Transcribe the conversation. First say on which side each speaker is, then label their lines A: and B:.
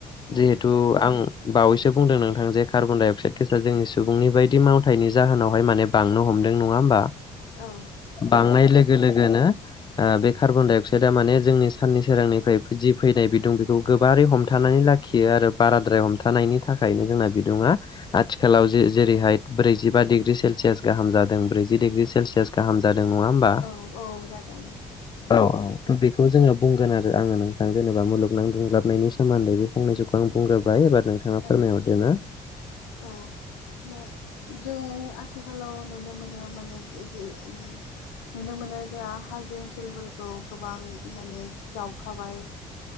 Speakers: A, on the left (about 25°); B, on the left (about 80°).
A: जिहेतु
B: उम
A: आं बावैसो बुंदों नोंथां जे कार्बन डाइ अक्साइड गेसा जोंनि सुबुंनि बायदि मावथायनि जाहोनावहाय माने बांनो हमो नङा होमबा
B: औ
A: बांनाय लोगो लोगोनो बे कार्बन डाइ अक्साइड थार माने जोंनि साननि सोरांनिफ्राय जि फैनाय बिदुं बेखौ गोबारै हमथानानै लाखियो आरो बाराद्राय हमथानायनि थाखायनो जोंना बिदुङा आथिखालाव जेरैहाय ब्रैजिबा डिग्रि सेलसियास गाहाम जादों ब्रैजि डिग्रि सेलसियास गाहाम जादों नङा होमबा
B: औ औ जादों
A: औ बेखौ जोङो बुंगोन आरो आङो नोंथां जेनेबा मुलुगनां दुंग्लाबनायनि सोमोन्दै बे फंनैसोखौ आं बुंग्रोबाय एबार नोंथाङा फोरमायहरदो
B: औ
A: ना
B: औ दा जों आथिखालाव नुनो मोनो माने <unintelligible> नुनो मोनो जोंहा हाजो ओनसोलफोरखौ गोबां माने जावखाबाय